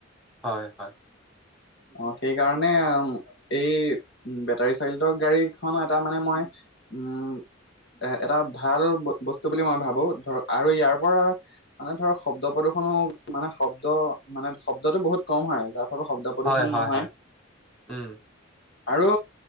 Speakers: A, in the centre; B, on the left.
A: হয় হয়।
B: অ সেইকাৰণে এই বেটাৰী চাইলটৰ গাড়ীখনো এটা মানে মই উম,
A: <inaudible>
B: এ এটা ভাল বস্তু বুলি মই ভাবো, ধৰ আৰু ইয়াৰ পৰা মানে ধৰক শব্দ প্ৰদূষনো মানে শব্দ মানে শব্দতটো বহুত কম হয় যাৰ শব্দ প্ৰদূষণ
A: হয় হয়
B: নহয়।
A: হয় উম,
B: আৰু